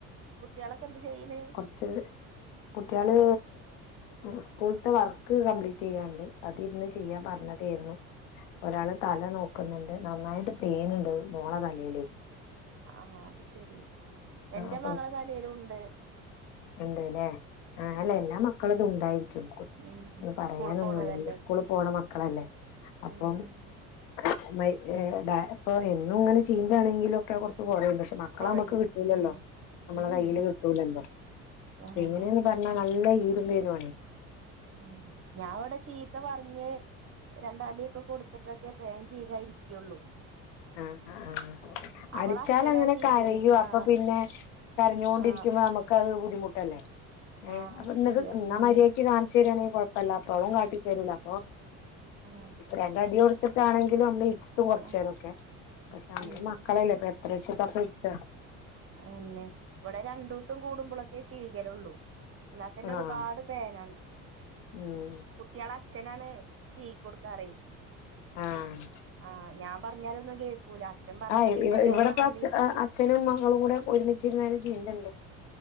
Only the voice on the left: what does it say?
ച്ചത് കുട്ട്യേള് സ്കൂള്ത്തെ വർ ക്ക് കംപ്ലീറ്റെയ്യാണ്ട് അത് ഇര്ന്ന് ചെയ്യാൻ
പറഞ്ഞതേര്ന്നു ഒരാള് തല നോ ക്ക്ന്ന്ണ്ട് നന്നായിട്ട് പേന്ണ്ട് മോളെ തലേലേ
ആഹ്
ഇണ്ട്ല്ലേ ആഹ് അല്ല എല്ലാ മക്കളതും ഉണ്ടായിരിക്കും കു
ഒന്നും പറയാനൊന്നുല്ല
ഈ സ്കൂള് പോണ മക്കളല്ലേ അപ്പം
<unintelligible> ഇപ്പൊ എന്നും ഇങ്ങനെ ചീന്താണെങ്കിലൊക്കെ കൊറച്ച് കൊറയും പക്ഷെ മ മക്കളെ
നമ്മുക്ക് കിട്ടൂലല്ലോ
നമ്മളെ
കയ്യില് കിട്ടൂലല്ലോ
എങ്ങനെന്ന് പറഞ്ഞാ നല്ല ഈരും പേനും ആണ്.
ആഹ് ആഹ്
അടിച്ചാലങ്ങനെ
കരയൂ അപ്പൊ
പിന്നെ കരഞ്ഞോണ്ടിരിക്കുമ്പോ
നമ ക്കഹ് ബുദ്ധിമുട്ടല്ലേ ഏഹ്
അപ്പ
ഇന്നട്ട്
ഇന്ന
മര്യായ്ക്ക് കാണിച്ചു തരാണെങ്കിൽ കൊഴ പ്പല്ല അല്ലാത്തോളും കാട്ടി തരൂല അപ്പോ
രണ്ട് അടികൊട് ത്തിട്ടാണെങ്കിലും നമ്മള് ഇര്ത്തും കൊറച്ചേരോക്കെ
പക്ഷേ നമ്മള്
മക്കളല്ലേ
എത്രാച്ച്ട്ടാ ഇപ്പം ഇര്ത്താ
ആഹ്
ഉം
ആഹ്
ആഹ്
ഇവ
ഇവിടെപ്പ
അച്ച അച്ഛനും മകളും കൂടെ ഒരുമിച്ചിരുന്നാൽ ചെയ്യല്ണ്ട്